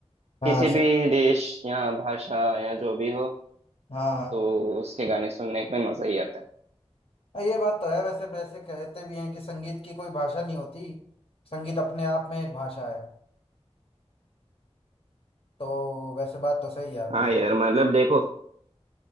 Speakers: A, on the left; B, on the right.
A: हाँ
B: किसी
A: सही
B: भी देश या भाषा या जो भी हो
A: हाँ हाँ
B: तो उसके गाने सुनने में मजा ही आता है
A: हाँ, ये बात तो है वैसे वैसे कहते भी हैं कि संगीत की कोई भाषा नहीं होती संगीत अपने आप में एक भाषा है तो वैसे बात तो सही है आपकी
B: हाँ यार मतलब देखो